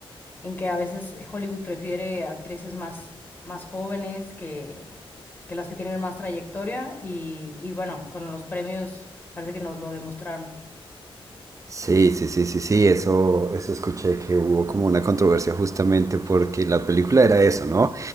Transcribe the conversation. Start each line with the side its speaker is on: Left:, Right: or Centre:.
Left: en que a veces Hollywood prefiere actrices más, más jóvenes que, que las que tienen más trayectoria y, y bueno, con los premios parece que nos lo demostraron.
Right: Sí, sí, sí, sí, sí, eso, eso escuché que hubo como una controversia justamente porque la película era eso, ¿no?